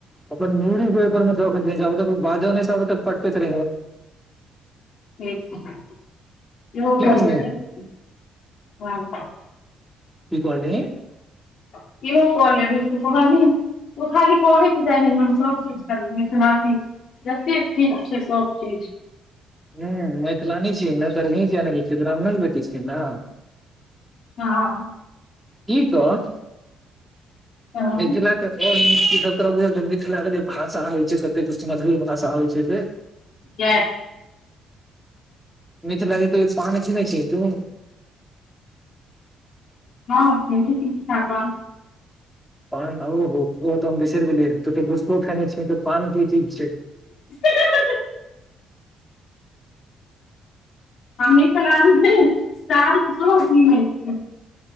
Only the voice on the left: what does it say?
ठीक छै इ हो
कर
लेबैय
कियो क ले भी सु कहबी तू खाली कहेके जाइ छै हम सब चीज कर मिथिल जतेक चीज छै सब चीज
हँ
हँ
ग
हँ फ ठीकठ क
ठाक मिथला के सरसो कीने छिये